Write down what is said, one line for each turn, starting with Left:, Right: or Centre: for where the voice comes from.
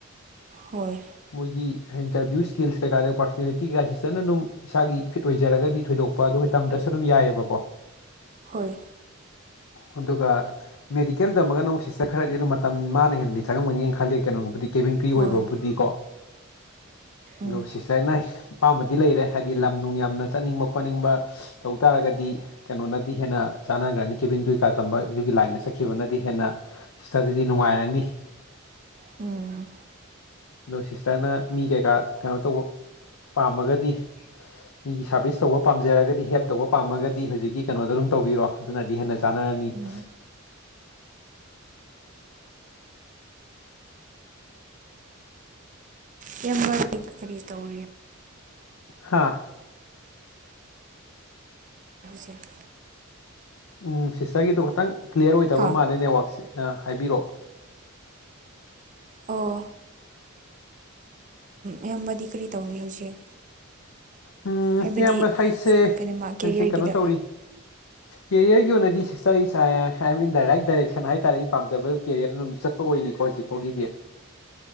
Right: ꯍꯣꯏ
Left: ꯃꯣꯏꯒꯤ ꯏꯟꯇꯔꯚꯤꯌꯨ ꯏꯁꯀꯤꯜꯁ ꯀꯩꯀꯥꯗ ꯄꯥꯔꯁꯅꯦꯂꯤꯇꯤ ꯀꯩꯀꯥ ꯁꯤ ꯑꯗꯨꯝ ꯏꯁꯥꯒꯤ ꯐꯤꯠ ꯑꯣꯏꯖꯔꯒꯗꯤ ꯊꯣꯏꯗꯣꯛꯅ ꯊꯣꯢꯗꯣꯛꯄ ꯑꯗꯨ ꯇꯝꯗ꯭ꯔꯁꯨ ꯑꯗꯨꯝ ꯌꯥꯏꯑꯕꯀꯣ
Right: ꯍꯣꯏ
Left: <inaudible> ꯑꯗꯨꯒ ꯃꯦꯗꯤꯀꯦꯜ ꯇꯝꯃꯒꯅ ꯁꯤꯁꯇꯔ ꯈꯔꯅꯤ ꯑꯗꯨꯝ ꯃꯇꯝ ꯃꯥꯅ ꯍꯦꯟꯅꯗꯤ ꯆꯪꯉꯝꯒꯅꯤꯅ ꯈꯜꯂꯤ ꯀꯩꯅꯣꯒꯤꯕꯨꯨꯗꯤ ꯀꯦꯕꯤꯡ ꯀ꯭ꯔꯤꯌꯨ
Right: ꯍꯣꯏ
Left: ꯑꯣꯏꯕꯕꯨꯗꯤꯀꯣ ꯑꯗꯣ
Right: ꯎꯝ
Left: ꯁꯤꯁꯇꯥꯔꯅ ꯑꯄꯥꯝꯕꯗꯤ ꯂꯩꯔꯦ ꯍꯥꯏꯗꯤ ꯂꯝ ꯅꯨꯡ ꯌꯥꯝꯅ ꯆꯠꯅꯤꯡꯕ ꯈꯣꯠꯅꯤꯡꯕ ꯇꯧ ꯇꯥꯔꯒꯗꯤ ꯀꯩꯅꯣꯅꯗꯤ ꯍꯦꯟꯅ ꯆꯥꯟꯅꯈ꯭ꯔꯅꯤ ꯀꯦꯕꯤꯟꯗꯨ ꯀꯩꯀꯥ ꯇꯝꯕ ꯑꯗꯨꯒꯤ ꯂꯥꯏꯟꯗ ꯆꯠꯈꯤꯕꯅꯗꯤ ꯍꯦꯟꯅ ꯁꯤꯁꯇꯔꯗꯗꯤ ꯅꯨꯡꯉꯥꯏꯔꯅꯤ <unintelligible>
Right: ꯑꯝ
Left: ꯑꯗꯣ ꯁꯤꯁꯇꯔꯅ ꯃꯤ ꯀꯩꯀꯥ ꯀꯩꯅꯣ ꯇꯧꯕ ꯄꯥꯝꯃꯒꯗꯤ ꯃꯤꯒꯤ ꯁꯥꯔꯚꯤꯁ ꯇꯧꯕ ꯄꯥꯝꯖꯔꯒꯗꯤ ꯍꯦꯜꯞ ꯇꯧꯕ ꯄꯥꯝꯃꯒꯗꯤ ꯍꯧꯖꯤꯛꯀꯤ ꯀꯩꯅꯣꯗꯣ ꯑꯗꯨꯝ ꯇꯧꯕꯤꯔꯣ ꯑꯗꯨꯅꯗꯤ ꯍꯦꯟꯅ ꯆꯥꯟꯅꯔꯅꯤ ꯅꯤ <inaudible>
Right: ꯎꯝ ꯢꯌꯥꯝꯕꯗꯣ ꯀꯔꯤ ꯇꯧꯔꯤ
Left: ꯍꯥꯥ
Right: ꯁ <unintelligible>
Left: ꯎꯝ ꯁꯤꯁꯇꯔꯒꯤꯗꯣ ꯈꯤꯇꯪ ꯀ꯭ꯂꯤꯌꯥꯔ ꯑꯣꯏꯗꯕ
Right: ꯍꯥ
Left: ꯃꯥꯜꯂꯦ ꯅꯦꯠꯋꯥꯛꯁꯦ ꯑ ꯍꯥꯏꯕꯤꯔꯛꯑꯣ
Right: ꯑꯣ ꯢꯌꯥꯝꯕꯗꯤ ꯀꯔꯤ ꯇꯧꯔꯤ ꯍꯧꯖꯤꯛ
Left: ꯎꯝ
Right: ꯍꯥꯏꯕꯗꯤ
Left: ꯏꯌꯥꯝꯕ ꯍꯩꯁꯦ ꯑꯩꯈꯣꯏꯁꯦ
Right: ꯀꯩꯅꯣꯃ ꯀꯦꯔꯤꯌꯔꯒꯤꯗ
Left: ꯀꯩꯅꯣ ꯇꯧꯔꯤ ꯀꯦꯔꯤꯌꯔꯒꯤ ꯑꯣꯏꯅꯗꯤ ꯁꯤꯁꯇꯔ ꯑꯩꯁꯤ I am in the right direction ꯍꯥꯏꯇꯥꯔꯦ ꯑꯩꯩꯅ ꯄꯥꯝꯖꯕ ꯀꯦꯔꯤꯌꯔ ꯑꯗꯨꯝ ꯆꯠꯄ ꯑꯣꯏꯔꯤꯀꯣ ꯍꯧꯖꯤꯛ ꯐꯥꯎꯒꯤꯗꯤ